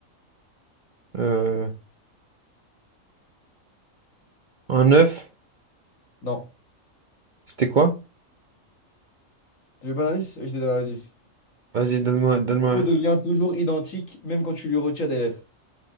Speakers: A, on the right; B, on the left.
A: Euh, un œuf,
B: Non.
A: c'était quoi?
B: Tu veux pas l'indice? Je te donne l'indice.
A: Vas-y, donne-moi, donne-moi.
B: Le mot devient toujours identique, même quand tu lui retires des lettres.